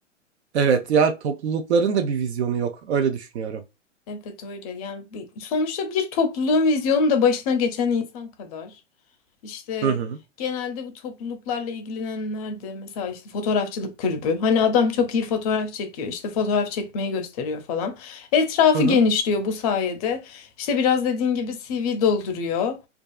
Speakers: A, on the right (about 60°); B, on the left (about 30°).
A: Evet ya toplulukların da bir vizyonu yok. Öyle düşünüyorum.
B: Evet öyle. Yani bir- sonuçta bir topluluğun vizyonu da başına geçen insan kadar. İşte
A: Hı hı.
B: genelde bu topluluklarla ilgilenenler de mesela işte fotoğrafçılık kulübü. Hani adam çok iyi fotoğraf çekiyor. İşte fotoğraf çekmeyi gösteriyor falan. Etrafı
A: Hı hı.
B: genişliyor bu sayede. İşte biraz dediğin gibi CV dolduruyor.